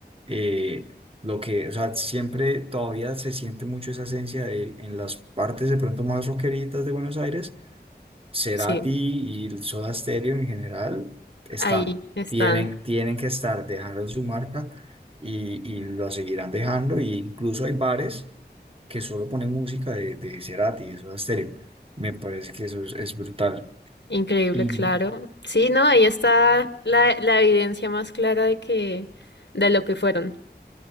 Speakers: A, on the right; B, on the left.
A: eh, lo que, o sea, siempre todavía se siente mucho esa esencia de, en las partes de pronto más rockeritas de Buenos Aires Cerati
B: sí,
A: y el Soda Stereo en general están,
B: ahí están.
A: tienen, tienen que estar, dejaron su marca y, y la seguirán dejando. Y incluso hay bares que solo ponen música de, de Cerati y de Soda Stereo. Me parece que eso es, es brutal.
B: Increíble,
A: Y
B: claro. Sí, no, ahí está la, la evidencia más clara de que, de lo que fueron.